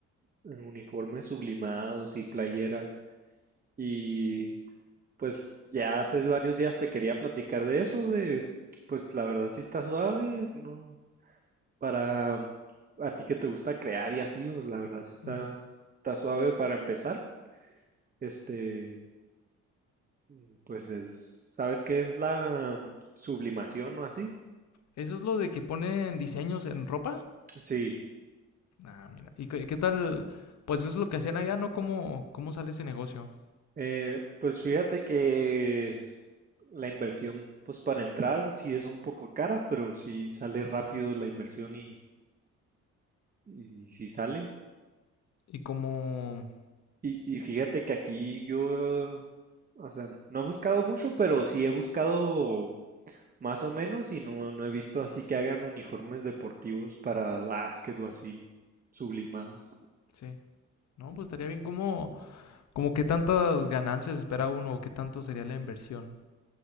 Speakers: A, on the right (about 30°); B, on the left (about 65°).
A: uniformes sublimados y playeras. Y pues ya hace varios días te quería platicar de eso, de pues la verdad sí está suave, no, Para mm, a ti que te gusta crear y así, pues la verdad sí está,
B: Uh-huh.
A: está suave para empezar. Este, mm, pues es, ¿sabes qué es la mm, sublimación o así?
B: ¿Eso es lo de que ponen diseños en ropa?
A: Sí,
B: Ah, mira. ¿Y qué, qué tal? Pues eso es lo que hacían allá, ¿no? ¿Cómo, cómo sale ese negocio?
A: eh, pues fíjate que la inversión, pues para entrar sí es un poco cara, pero sí sale rápido la inversión y, y sí sale.
B: Y cómo...
A: Y, y fíjate que aquí yo, o sea, no he buscado mucho, pero sí he buscado Más o menos, y no, no he visto así que hagan uniformes deportivos para básquet o así sublimados.
B: Sí. No, pues estaría bien. ¿Cómo, ¿Cómo qué tantas ganancias espera uno o qué tanto sería la inversión?